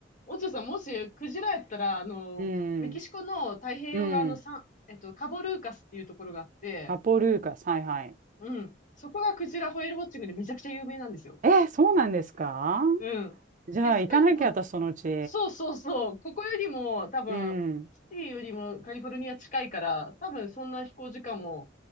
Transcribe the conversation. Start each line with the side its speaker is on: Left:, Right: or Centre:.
Left: オチョさん、もしクジラやったら、あの、
Right: うん。
Left: メキシコの太平洋側のサン、
Right: うん。
Left: えっと、カボルーカスっていうところがあって、
Right: カポルーカス、はいはい。
Left: うん。そこがクジラホエールウォッチングでめちゃくちゃ有名なんですよ。
Right: え、そうなんですか
Left: うん。
Right: じゃあ、
Left: で、さらにこ
Right: 行かなきゃ、私、そのうち。
Left: そうそうそう。ここよりも多分、
Right: うん。
Left: シティよりもカリフォルニア近いから、多分そんな飛行時間も